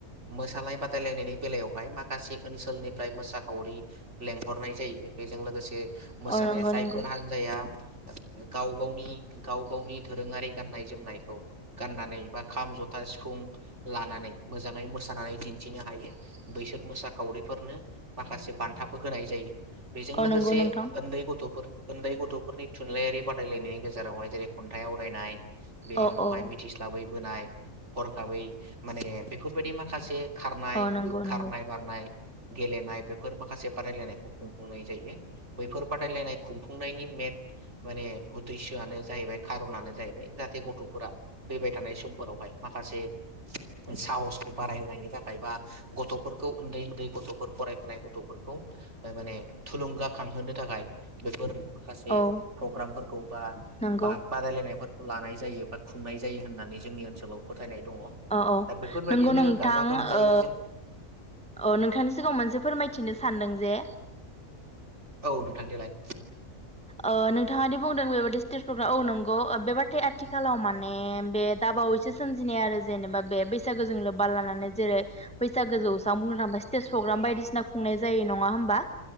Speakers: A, on the right; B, in the centre.
A: मोसानाय बादायलायनायनि बेलायावहाय माखासे ओनसोलनिफ्राय मोसाखावरि लेंहरनाय जायो बेजों लोगोसे मोसानाया
B: अ नंगौ
A: जायफोर
B: नंगौ
A: हान्जाया गाव-गावनि गाव-गावनि दोरोङारि गाननाय जोमनायखौ गाननानै बा खाम जथा सिफुं लानानै मोजाङै मोसानानै दिन्थिनो हायो बैसोर मोसाखावरिफोरनो माखासे बान्थाबो होनाय जायो। बेजों
B: अ
A: लोगोसे
B: नंगौ नोंथां
A: उन्दै गथ'फोर उन्दै गथ'फोरनि थुनलाइयारि बादायलायनायनि गेजेरावहाय जेरै खन्थाइ आवरायनाय बेनि
B: अ
A: उनावहाय
B: औ
A: बोनाय हरखाबै माने बेफोरबायदि माखासे खारनाय-खारनाय
B: अ नंगौ नंगौ
A: बारनाय गेलनाय माखासे बादायलायनायखौ बुंनाय जायो बैफोर बादायलायनाय खुंफुंनायनि मेन माने उदिसआनो जाहैबाय खारनानो जाहैबाय जाहाथे गथ'फोरा फैबाय थानाय समफोरावहाय माखासे साहसखौ बारायहोनायनि थाखाय बा गथ'फोरखौ उन्दै उन्दै गथ' फरायफुनाय गथ'फोरखौ माने थुलुंगा थांहोनो थाखाय बेफोर माखासे
B: औ
A: प्रग्रामफोरखौ बा-बा
B: नंगौ
A: बादायलायनायफोरखौ लानाय जायो बा खुंनाय जा नानै जोंनि ओनसोलाव फोथायनाय दङ
B: औ‌
A: दा बेफोरबायदिनो
B: नंगौ नोंथां
A: गाजा गोमजायै
B: ओ
A: जों
B: औ नोंथांनि सिगाङाव मोनसे फोरमाय मिथिनो सान्दों जे
A: औ नोंथां देलाय
B: ओ‌‌ नोंथाङा दि बुंदों बेबायदि स्टेज प्रग्राम औ नंगौ बे बाथाया आथिखालाव माने बे दाबावैसो सोमजिनाय आरो। जेनेबा बे बैसागोजों लोब्बा लानानै जेरै बैसागो जौस्रां बुंनो थांबा स्टेज प्रग्राम बायदिसिना खुंनाय जायो नङा होमबा